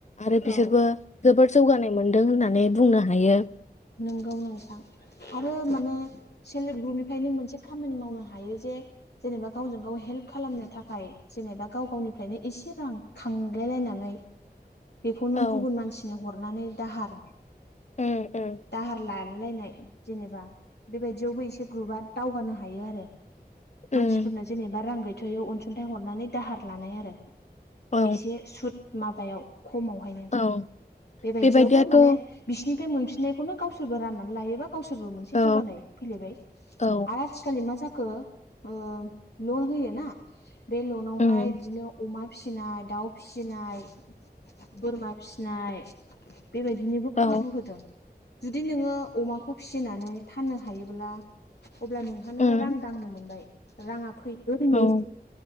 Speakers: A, on the left; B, on the left.
A: आरो बिसोरबो
B: औ
A: जोबोद जौगानाय मोनदों होननानै बुंनो हायो।
B: नंगौ नोंथां। आरो माने सेल्फ हेल्प ग्रुपनिफ्रायनो मोनसे खामानि मावनो हायो जे जेनेबा गावजों गाव हेल्प खालामनो थाखाय जेनेबा गाव गावनिफ्रायनो एसे रां खांलायलायनानै बेखौ नों
A: औ
B: गुबुन मानसिनो हरनानै दाहार
A: उम उम।
B: दाहार लालायलायनाय जेनेबा बेबायदियावबो एसे ग्रुपा दावगानो हायो आरो। मानसिफोरनो
A: उम
B: जेनेबा रां गैथयियाव अनसुंथाइ हरनानै दाहार लानाय आरो।
A: औ
B: एसे सुद माबायाव खमावहायनो
A: औ
B: बेबायदियावबो
A: बेबायदियाथ'
B: माने बिसिरनिफ्राय मोनफिननायखौनो गावसोरबो राननानै लायोबा गावसोरबो मोनसे
A: औ
B: जौगानाय फैलायबाय
A: औ
B: आ थिखालि मा जाखो ओ लन होयोना बे लनावहाय
A: उम
B: बिदिनो अमा फिसिनाय दाउ फिसिनाय बोरमा फिसिनाय बेबायदिनोबो
A: औ
B: खाबु होदों जुदि नोङो अमाखौ फिसिनानै फाननो हायोब्ला अब्ला नोंहानो
A: उम
B: रां दांनो मोनबाय राङा फैबो दिनै
A: औ